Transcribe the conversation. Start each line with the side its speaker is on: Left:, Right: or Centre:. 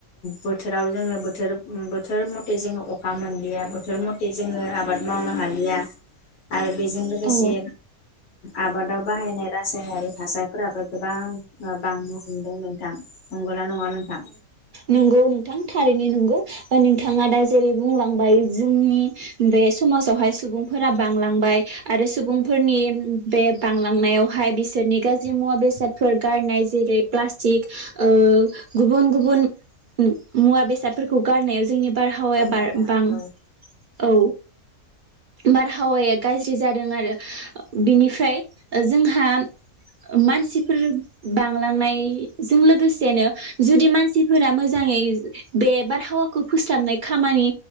Left: बोथोराव जोङो बोथोर बोथोर मथे जोङो अखा मोनलिया बोथोर मथे जोङो आबाद मावनो हालिया आरो बेजों लोगोसे।
Right: औ
Left: आबादाव बाहायनाय रासायनारि हासारफोराबो गोबां बांनो हमदों नोंथां नंगौना नङा नोंथां?
Right: नंगौ नोंथां थारैनो नंगौ नोंथाङा दा जेरै बुंलांबाय जोंनि बे समाजावहाय सुबुंफोरा बांलांबाय आरो सुबुंफोरनि बे बांलांनायावहाय बि नि गाज्रि मुवा बेसादफोर गारनाय। जेरै प्लास्टिक ओ गुबुन-गुबुन मुवा बेसादफोरखौ गारनायाव जोंनि बारहावाया
Left: गारनायफोरा
Right: बार बां
Left: औ
Right: औ बारहावाया गाज्रि जाद दों आरो बिनिफ्राय जोंहा मानसिफोर बांलांनायजों लोगोसेनो जुदि मानसि फोरा मोजाङै बे बारहावाखौ फोस्लाबनाय खामानि